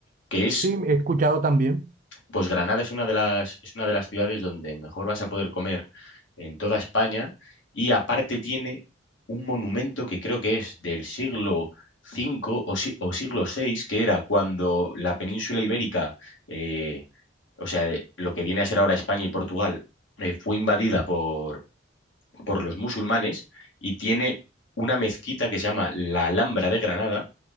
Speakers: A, on the left (about 70°); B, on the right (about 40°).
A: que es
B: sí, he escuchado también.
A: pues Granada es una de las, es una de las ciudades donde mejor vas a poder comer en toda España y aparte tiene un monumento que creo que es del siglo V o, si- o siglo VI, que era cuando la península ibérica, eh, o sea, lo que viene a ser ahora España y Portugal, eh, fue invadida por, por los musulmanes y tiene una mezquita que se llama la Alhambra de Granada